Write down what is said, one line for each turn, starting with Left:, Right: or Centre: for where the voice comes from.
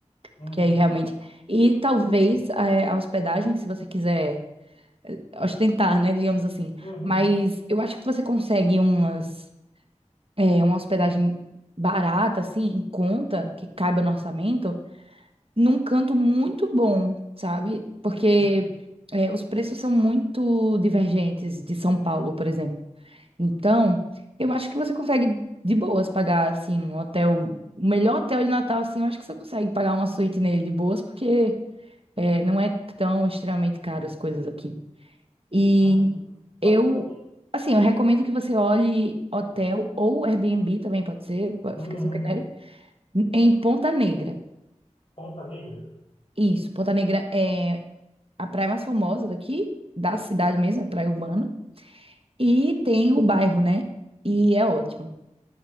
Left: Uhum,
Right: Porque aí realmente. E talvez é, a hospedagem, se você quiser. ostentar, né, digamos assim.
Left: uhum,
Right: Mas eu acho que você consegue umas, é, uma hospedagem barata, assim, em conta, que caiba no orçamento, num canto muito bom, sabe? Porque
Left: sim.
Right: é, os preços são muito divergentes de São Paulo, por exemplo. Então, eu acho que você consegue de boas pagar, assim, um hotel, o melhor hotel de Natal, assim, eu acho que você consegue pagar uma suíte nele de boas, porque é, não é tão extremamente caro as coisas aqui. E
Left: Ah, que bacana,
Right: eu,
Left: hein?
Right: assim, eu recomendo que você olhe hotel ou Airbnb também pode ser, pode-
Left: Uhum.
Right: fica a seu critério, em Ponta Negra.
Left: Ponta Negra.
Right: Isso, Ponta Negra é a praia mais famosa daqui, da cidade mesmo, é praia urbana. E tem o bairro, né? E é ótimo.